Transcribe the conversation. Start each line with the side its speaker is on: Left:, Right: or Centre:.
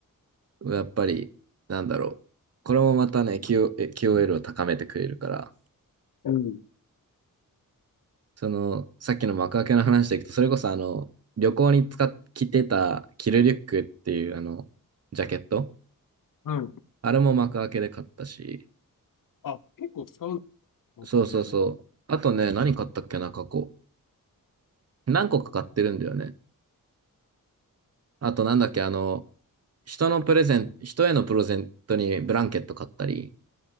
Right: はやっぱり、なんだろう。これもまたね、QO、え q エ l を高めてくれるから、
Left: うん。
Right: その、さっきの幕開けの話でいくと、それこそあの、旅行に使っ、着てたキルリュックっていうあの、ジャケット。
Left: うん。
Right: あれも幕開けで買ったし、
Left: あ、結構使うのか、
Right: そうそうそう。
Left: これじゃあ。
Right: あとね、何買ったっけな、過去。何個か買ってるんだよね。あとなんだっけ、あの、人のプレゼン、人へのプレゼントにブランケット買ったり、